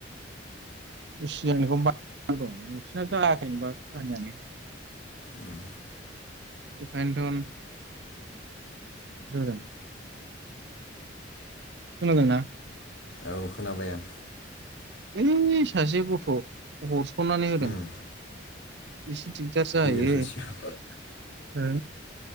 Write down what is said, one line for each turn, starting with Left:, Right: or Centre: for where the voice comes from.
Right: सिगांनिखौ <unintelligible> नोंसिना जायाखैनोबा खामानियानो।
Left: उम
Right: एखाइन्थ' <unintelligible> खोनादोंना?
Left: औ खोनाबाय आं।
Right: ओइ सासे गथ' हर खननानै होदों
Left: उम
Right: एसे दिगदार जायो
Left: गेजेर ससेयाव